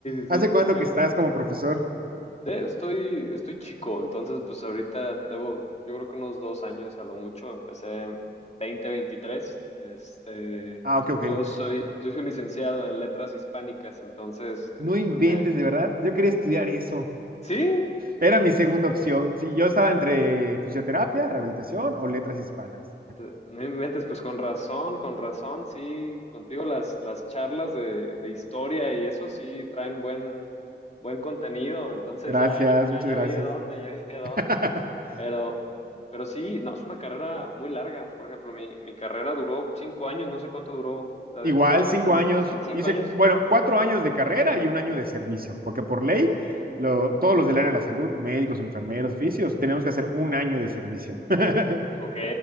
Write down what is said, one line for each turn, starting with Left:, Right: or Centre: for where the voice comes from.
Left: sí,
Right: ¿Hace
Left: sí.
Right: cuánto
Left: Tengo-
Right: que estás como profesor?
Left: de- estoy, estoy chico, entonces pues ahorita debo, yo creo que unos dos años a lo mucho, empecé en 2023. Este,
Right: Ah, ok, ok.
Left: yo soy, yo soy licenciado en letras hispánicas, entonces
Right: No
Left: eh,
Right: inventes,
Left: pues me,
Right: de verdad. Yo quería estudiar eso.
Left: sí,
Right: Era mi segunda opción. Sí, yo estaba entre fisioterapia, rehabilitación o letras hispanas.
Left: eh, no inventes, pues con razón, con razón, sí, contigo las, las charlas de, de historia y eso sí traen buen, buen contenido, entonces
Right: Gracias,
Left: ya, ya,
Right: muchas
Left: ya
Right: gracias.
Left: vi de dónde, ya vi de dónde.
Right: <laughs>
Left: Pero, pero sí, no, es una carrera muy larga. Por ejemplo, mi, mi carrera duró cinco años, no sé cuánto duró la de
Right: Igual,
Left: fisioterapeuta.
Right: cinco años.
Left: ¿Sí? ¿Cinco
Right: Hice,
Left: años?
Right: bueno, cuatro años de carrera y un año de servicio, porque por ley,
Left: Ok,
Right: lo- todos los del área de la salud, médicos, enfermeros, fisios, tenemos que hacer un año de servicio. <laughs>
Left: ok,